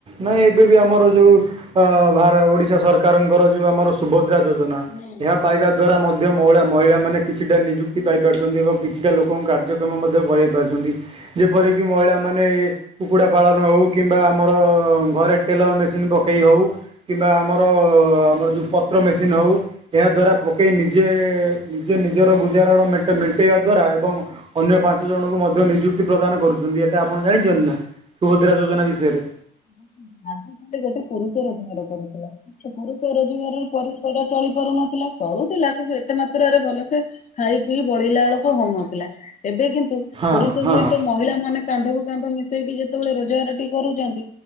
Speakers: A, on the right (about 30°); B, on the left (about 40°).
A: ନାଇଁ ଏବେ ବି ଆମର ଯୋଉ ଅ, ଭାର ଓଡ଼ିଶା ସରକାରଙ୍କର ଯୋଉ ଆମର ସୁଭଦ୍ରା ଯୋଜନା
B: ହୁଁ
A: ଏହା ପାଇବା ଦ୍ଵାରା ମଧ୍ୟ ମଳା ମହିଳାମାନେ କିଛିଟା ନିଯୁକ୍ତି ପାଇପାରୁଛନ୍ତି ଏବଂ କିଛିଟା ଲୋକଙ୍କୁ କାର୍ଯ୍ୟ କ୍ଷମ ମଧ୍ୟ କରାଇ ପାରୁଛନ୍ତି। ଯେପରିକି ମହିଳାମାନେ ଏ କୁକୁଡ଼ା ପାଳନ ହଉ କିମ୍ବା ଆମର ଘରେ ଟେଲର୍ ମେସିନ୍ ପକେଇ ହଉ। କିମ୍ବା ଆମର ଆମର ଯୋଉ ପତ୍ର ମେସିନ୍ ହଉ ଏହା ଦ୍ୱାରା ପକେଇ ନି ଜେ ନିଜେ ନିଜର ଗୁଜାରଣ ମେଣ୍ଟ ମେଣ୍ଟେଇବା ଦ୍ୱାରା ଏବଂ ଅନ୍ୟ ପାଞ୍ଚ ଜଣଙ୍କୁ ମଧ୍ୟ ନିଯୁକ୍ତି ପ୍ରଦାନ କରୁଛନ୍ତି ଏଟା ଆପଣ ଜାଣିଛନ୍ତି ନା ସୁଭଦ୍ରା ଯୋଜନା ବିଷୟରେ?
B: <unintelligible> ଗୋଟେ ପୁରୁଷ ରୋଜଗାର କରୁଥିଲା। ସେ ପୁରୁଷ ରୋଜଗାରରେ ପରିବାର ଚଳି ପାରୁନଥିଲା ଚଳୁଥିଲା କିନ୍ତୁ ଏତେ ମାତ୍ରାରେ ଭଲ ସେ ଖାଇ ପିଇ ବଳିଳା ବେଳକୁ ହଉନଥିଲା ଏବେ କିନ୍ତୁ ପୁରୁଷ
A: ହଁ ହଁ
B: ସହିତ ମହିଳା ମାନେ କାନ୍ଧ କୁ କାନ୍ଧ ମିଶେଇକି ଯେତେବେଳେ ରୋଜଗାରଟି କରୁଛନ୍ତି।